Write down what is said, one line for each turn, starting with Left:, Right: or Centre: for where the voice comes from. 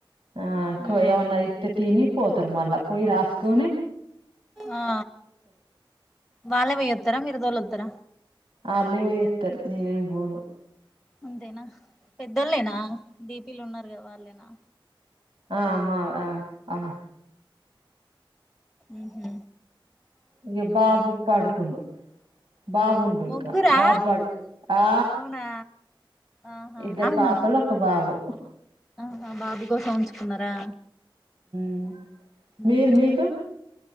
Right: ఆ కో
Centre: మ్మ్
Right: ఎవన్న ఇతే తిని పోతారు మల్ల పోయి రాస్కుని
Centre: ఆ వాల్లే వొయ్యతర మీరు తొలత్తర
Right: ఆ అల్లే వోయ్యత్తరు నేనేంబోను
Centre: అంతేనా పెద్దళ్ళేనా డీ పి ల ఉన్నారు గద వాళ్ళేనా
Right: ఆ మా ఆ ఆ
Centre: ఉహు
Right: ఇగ బాబుక్ పడుకుండు బాబుండు
Centre: ముగ్గురా
Right: ఇంకా బాబు బడుకు ఆ
Centre: అవునా ఆహా
Right: ఇద్దరు
Centre: అవునను
Right: పాపలు బాబు
Centre: ఆహ బాబు కోసం ఉంచుకున్నారా
Right: ఉ
Centre: మ్మ్
Right: మీరు
Centre: హ్మ్
Right: మీకు